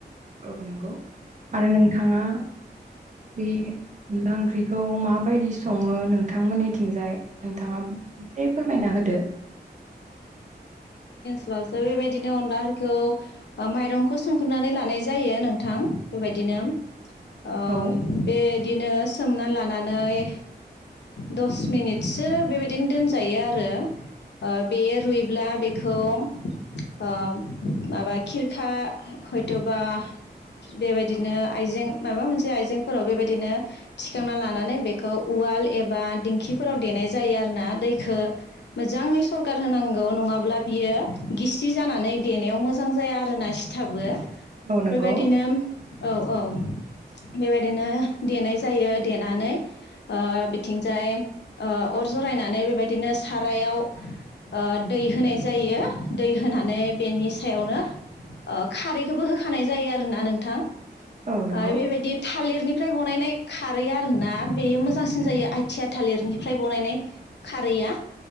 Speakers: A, on the right; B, on the left.
A: औ नंगौ आरो नोंथाङा बे अनला ओंख्रिखौ माबायदि सङो नोंथांमोननिथिंजाय नोंथाङा एसे फोरमायना होदो।
B: अब्ला जों बेबायदिनो अनलाफोरखौ माइरंखौ सौखनानै लानाय जायो नोंथां। बेबायदि नो ओ
A: औ
B: बे दिनो सोमना लानानै दस मिनिटसो बेबायदिनो दोनजायो आरो। बेयो रुइब्ला बेखौ ओ माबा खिरखा ह-हयथ'बा बेबायदिनो आइजें मायबा मोनसे आइजेंफोराव बेबायदिनो थिखांना लानानै बेखौ उवा उवाल एबा दिंकिफोराव देनाय जायो आरोना दैखो मोजाङै स सरगार होनांगौ। नङाब्ला बियो गिसि जानानै देनायाव मोजां जाया आरोना सिथाबो।
A: औ नंगौ
B: बेबायदिनो औ औ। बेबायदिनो देनाय जायो देनानै औ बिथिंजाय ओ अर जरायनानै बेबायदिनो सारायाव ओ दै होनाय जायो। दै होनानै बेनि सायावनो ओ खारैखोबो होखानाय जायो आरोना नोंथां।
A: औ नंगौ
B: ओइ बेबायदि थालिरनिफ्राय बनायनाय खारैया आरोना बेयो मोजांसिन जायो आइथिया थालिरनिफ्राय बनायनाय खारैया।